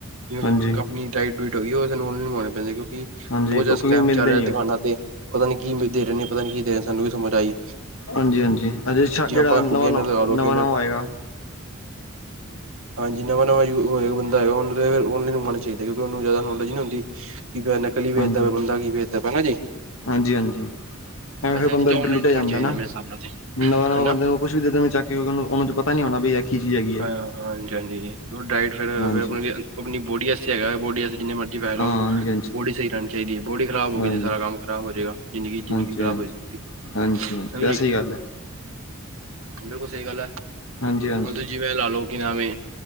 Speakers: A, on the right; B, on the left.
A: <unintelligible>
B: ਹਾਂਜੀ
A: ਆਪਣੀ ਡਾਈ <unintelligible> ਉਹ ਸਾਨੂੰ ਨੀ ਪੈਂਦੇ ਬਹੁਤ
B: ਹਾਂਜੀ
A: ਜ਼ਿਆਦਾ
B: ਉਹ ਕਿਉਂਕਿ
A: ਸਕੈਮ
B: ਮਿਲਦੇ
A: ਚੱਲ ਰਿਹਾ
B: ਨਹੀਂ ਉਹ
A: ਦੁਕਾਨਾਂ ਤੇ ਪਤਾ ਨੀ ਕੀ ਦੇ ਰਹੇ ਨੇ ਪਤਾ ਨੀ ਕੀ ਦੇ ਰਹੇ ਸਾਨੂੰ ਵੀ ਸਮਝ ਆਈ
B: ਹਾਂਜੀ ਹਾਂਜੀ ਹਜ ਜਿਹੜਾ
A: ਜੇ ਆਪਾਂ
B: ਨਵਾਂ
A: ਗੇਨਰ
B: ਨ
A: ਲਗਾ ਲਓ
B: ਨਵਾਂ
A: ਗੇਨਰ
B: ਨਵਾਂ ਆਏਗਾ
A: ਹਾਂਜੀ ਨਵਾਂ ਨਵਾਂ ਯ ਹੋ ਬੰਦਾ ਨੂੰਣਾ ਚਾਹੀਦਾ ਕਿਉਂਕਿ ਉਹਨੂੰ ਜ਼ਿਆਦਾ ਨੌਲੇਜ ਨਹੀਂ ਹੁੰਦੀ ਕੀ ਬ ਨਕਲੀ ਵੇਚਦਾ
B: ਹਾਂਜੀ
A: ਪਿਆ ਬੰਦਾ ਕੀ ਵੇਚਦਾ ਹੈ ਨਾ ਜੀ
B: ਹਾਂਜੀ ਹਾਂਜੀ ਐਵੇਂ
A: ਵੈਸੇ
B: ਫਿਰ ਬੰਦਾ
A: ਇਹ ਚੀਜ਼ਾਂ
B: ਲੁੱਟਿਆ
A: ਔਨਲਾਈਨ ਮੰਗਵਾਉਣੀ
B: ਜਾਂਦਾ
A: ਚਾਹੀਦੀਆਂ
B: ਨਾ
A: ਮੇਰੇ ਹਿਸਾਬ ਨਾਲ ਤੇ
B: ਨਵਾਂ ਨਵਾਂ
A: ਹਨਾ
B: ਬੰਦੇ ਨੂੰ ਕੁਛ ਵੀ ਦੇ ਦੇ ਚੱਕ ਕੇ ਕਿਉਂ ਉਹਨਾਂ ਪਤਾ ਨੀ ਹੋਣਾ ਵੀ ਕੀ ਚੀਜ਼ ਹੈਗੀ ਹੈ।
A: ਹਾਂ ਹਾਂਜੀ ਹਾਂਜੀ ਡਾਇਟ ਫੇਰ
B: ਹਾਂਜੀ,
A: ਆਪਣੀ ਬੋਡੀ ਵਸਤੇ ਹੈਗਾ <inaudible> ਜਿੰਨੇ ਮਰਜ਼ੀ ਬੇਹ ਲਓ
B: ਹਾਂ ਹਾਂਜੀ-ਹਾਂਜੀ,
A: ਬੋਡੀ ਸਹੀ ਰਹਿਣੀ ਚਾਹੀਦੀ ਹੈ ਬੋਡੀ ਖ਼ਰਾਬ ਹੋ
B: ਹਾਂਜੀ,
A: ਗਈ ਤੇ ਸਾਰਾ ਕੰਮ ਖਰਾਬ ਹੋ ਜਾਏਗਾ ਜ਼ਿੰਦਗੀ ਜ਼ਿੰਦਗੀ
B: ਹਾਂਜੀ-ਹਾਂਜੀ,
A: ਖ਼ਰਾਬ ਹੋ ਜਾਏਗੀ
B: ਹਾਂਜੀ-ਹਾਂਜੀ
A: ਸਮਝੇ
B: ਇਹ
A: ਜੀ।
B: ਸਹੀ ਗੱਲ ਹੈ।
A: ਬਿਲਕੁਲ ਸਹੀ ਗੱਲ ਹੈ।
B: ਹਾਂਜੀ-ਹਾਂਜੀ,
A: ਹਾਜੀ ਜੀਵੇੈਂ ਲਾਲੋ ਕਿ ਨਵੇ